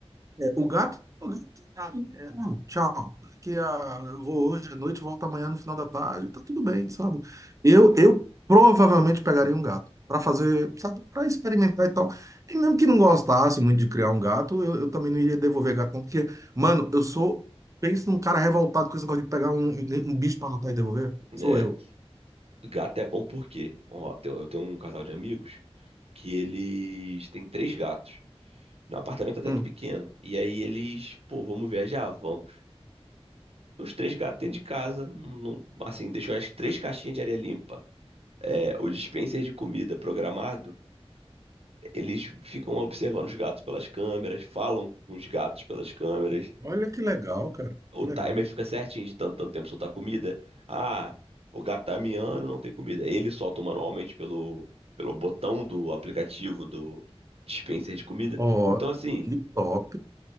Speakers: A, on the right (about 30°); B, on the right (about 65°).
A: é, o gato, o gato, ah, é, hum, tchau. Daqui a, eu vou hoje à noite, volto amanhã no final da tarde, tá tudo bem, sabe? Eu, eu provavelmente pegaria um gato para fazer, sabe, para experimentar e tal. E mesmo que não gostasse muito de criar um gato, eu, eu também não iria devolver gato, não, porque, mano, eu sou, penso num cara revoltado com esse negócio de pegar um, um bicho para adotar e devolver.
B: Né?
A: Sou eu.
B: Gato é bom por quê? Ó, tem- eu tenho um casal de amigos que eles têm três gatos. Num apartamento até
A: Hum.
B: que pequeno. E aí eles, pô, vamos viajar? Vamos. Os três gatos dentro de casa, não- assim, deixou as três caixinhas de areia limpa. É, o dispenser de comida programado, eles ficam observando os gatos pelas câmeras, falam com os gatos pelas câmeras.
A: Olha que legal, cara,
B: O
A: que
B: timer
A: legal.
B: fica certinho de tanto, tanto tempo soltar comida. Ah, o gato tá miando, não tem comida. Ele solta manualmente pelo, pelo botão do aplicativo do dispenser de comida.
A: Ó,
B: Então, assim,
A: que top.